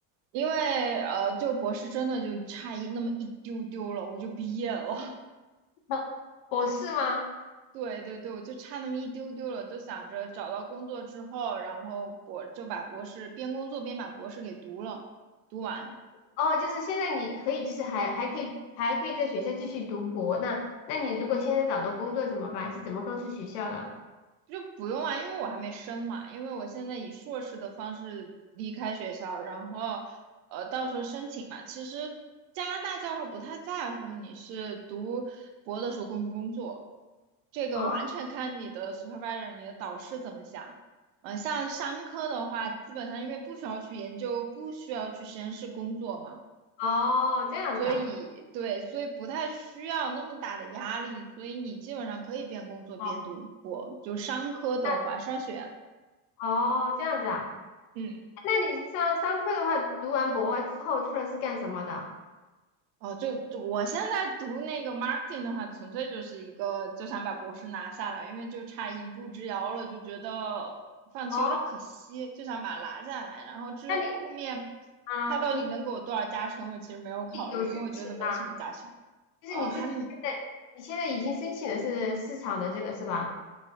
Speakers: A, on the right; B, on the left.
A: 因为呃，就博士真的就差一那么一丢丢了，我就毕业了。
B: <laughs> 博士吗？
A: <laughs> 对对对，我就差那么一丢丢了，就想着找到工作之后，然后博就把博士边工作边把博士给读了，读完。
B: 哦，就是现在你可以，就是还还可以，还可以在学校继续读博。那那你如果现在找到工作怎么办？是怎么告诉学校的？
A: 就不用啊，因为我还没升嘛，因为我现在以硕士的方式离开学校，然后呃，到时候申请嘛。其实加拿大教授不太在乎你是读博的时候工不工作，这个完全看你的
B: 哦
A: supervisor，你的导师怎么想。呃，像商科的话，基本上因为不需要去研究，不需要去实验室工作嘛，
B: 哦，这样子啊。
A: 所以对，所以不太需要那么大的压力，所以你基本上可以边工作边读博。
B: 哦，
A: 就商科的话，
B: 那
A: 商学院。
B: 哦这样子啊。
A: 嗯，
B: 那你上上课的话，读完博之后出来是干什么的？
A: 哦，就就我现在读那个 marketing 的话，纯粹就是一个就想把博士拿下来，因为就差一步之遥了，就觉得放弃有点可惜，
B: 哦，
A: 就想把它拿下来。然后至于后面
B: 那你啊，
A: 他到底能给我多少加成，
B: 你
A: 我其实没有考虑，
B: 自己有申请吗？
A: 因为我觉得没什么加成。
B: 就是你自己现在，
A: 呃，还没
B: 你现在已经申请的是市场的这个是吧？